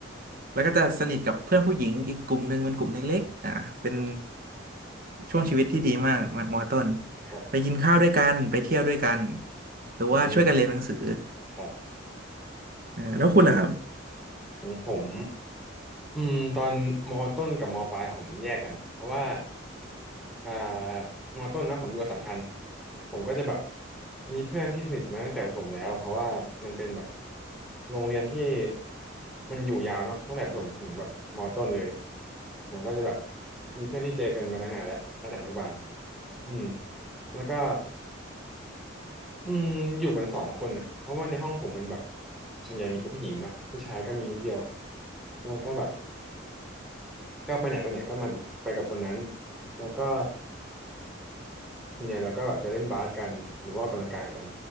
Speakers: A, on the right (about 45°); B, in the centre.
A: แล้วก็จะสนิทกับเพื่อนผู้หญิงอีกกลุ่มหนึ่งเป็นกลุ่มเล็กๆอ่าเป็นช่วงชีวิตที่ดีมากมอต้น
B: ครับ
A: ไปกินข้าวด้วยกันไปเที่ยวด้วยกันหรือว่าช่วยกันเรียนหนังสือ
B: อืมครับ
A: อ่าแล้วคุณล่ะครับ
B: ของผม อืมตอนมต้นกับมปลายผมแยกกันเพราะว่าอ่ามอต้นนะผมอยู่อัสสัมชัญผมก็จะแบบมีเพื่อนที่สนิทมาตั้งแต่ประถมแล้วเพราะว่ามันเป็นแบบโรงเรียนที่มันอยู่ยาวเนาะตั้งแต่ประถมถึงแบบมอต้นเลยผมก็จะแบบมีเพื่อนที่เจอกันมาตั้งนานแล้วตั้งแต่อนุบาลอืมแล้วก็อืมอยู่กันสองคนอ่ะเพราะว่าในห้องผมมันแบบส่วนใหญ่มีแต่ผู้หญิงเนาะผู้ชายก็มีนิดเดียวแล้วก็แบบ ก็ไปไหนไปไหนก็มาไปกับคนนั้นแล้วก็ส่วนใหญ่เราก็แบบจะเล่นบาสกันหรือว่าออกกำลังกายกัน